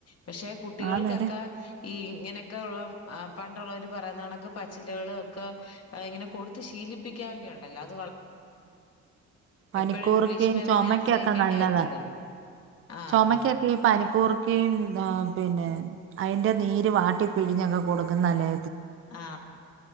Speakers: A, on the left (about 55°); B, on the right (about 45°).
A: പക്ഷെ കുട്ടികൾക്കെക്കെ
B: ആന്നേരം
A: ഈ ഇങ്ങനെയൊക്കെ ഒള്ള പണ്ടുള്ളവര് പറയുന്ന കണക്ക് പച്ചിലകള് ഒക്കെ ഇങ്ങനെ കൊടുത്ത് ശീലിപ്പിക്കാവങ്കി ഒണ്ടല്ലോ അ
B: പനിക്കൂർക്കയും
A: എപ്പോഴും ഇംഗ്ലീഷ് മരുന്നിനെ
B: ചൊമക്കൊക്കെ
A: ആശ്രയിക്കേണ്ടി
B: നല്ലതാ
A: വരത്തില്ലല്ലോ ആഹ്
B: ചൊമക്കൊക്കെ ഈ പനിക്കൂർക്കയും ആഹ്‌ പിന്നെ അയിന്റെ നീര് വാട്ടി പിഴിഞ്ഞൊക്കെ കൊടുക്കുന്നലേ
A: ആ